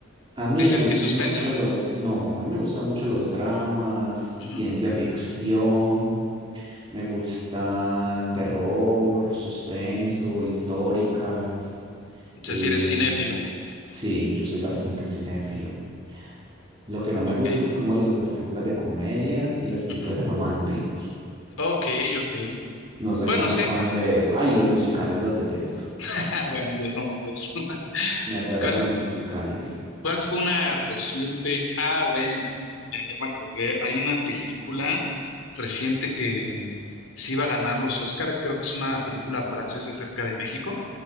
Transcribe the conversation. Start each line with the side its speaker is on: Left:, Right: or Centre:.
Right: A mí
Left: ¿Dices
Right: me gustan
Left: que suspenso?
Right: mucho los, no, a mí me gustan mucho los dramas,
Left: Ujú.
Right: ciencia ficción, me gusta terror, suspenso, históricas.
Left: O
Right: eh,
Left: sea, si eres cinéfilo.
Right: sí, yo soy bastante cinéfilo. Lo que no me
Left: Ok.
Right: gusta es como los, las películas de comedia y las películas
Left: Ujú.
Right: románticas.
Left: Ok, ok.
Right: No soy
Left: Bueno,
Right: tan
Left: sí.
Right: fan de eso. Ay, los musicales los detesto.
Left: <laughs> Bueno, ya somos dos. <laughs>
Right: Me aterran
Left: ¿Cuál,
Right: los musicales.
Left: cuál fue una reciente? Ah, bueno, no, ya, ya me acordé. Hay una película reciente que mm, sí iba a ganar los Oscars. Creo que es una película francesa acerca de México.